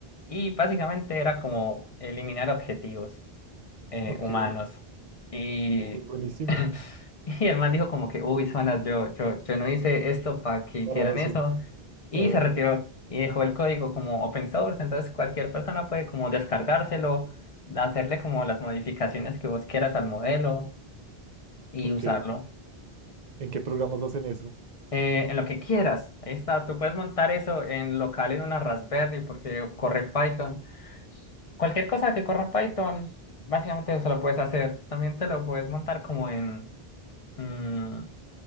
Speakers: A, on the left (about 40°); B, on the right (about 55°).
A: y básicamente era como eliminar objetivos eh,
B: Ok,
A: humanos. Y,
B: uy, buenísimo
A: <laughs> y el man dijo como que, uy, zonas, yo, yo, yo no hice esto para que hicieran
B: para eso.
A: eso.
B: <laughs>
A: Y
B: Ajá,
A: se retiró y dejó el código como open source. Entonces cualquier persona puede como descargárselo, hacerle como las modificaciones que vos quieras al modelo y
B: Ok,
A: usarlo.
B: ¿en qué programas hacen eso?
A: eh, en lo que quieras, ahí está. Tú puedes montar eso en local en una Raspberry porque corre Python. Cualquier cosa que corra Python, básicamente eso lo puedes hacer. También te lo puedes montar como en, mm,